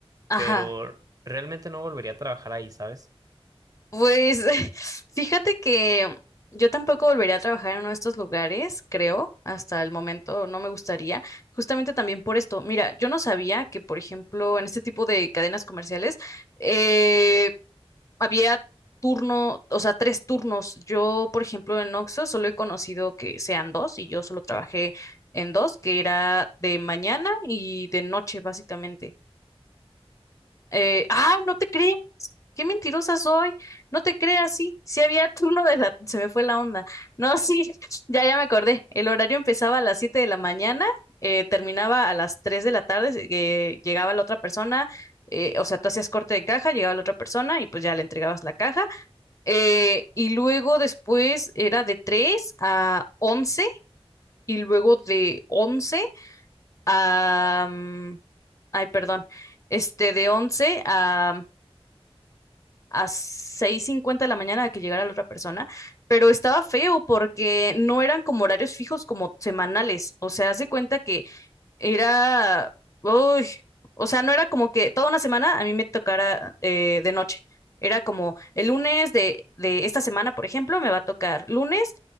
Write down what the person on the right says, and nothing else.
pero realmente no volvería a trabajar ahí, ¿sabes?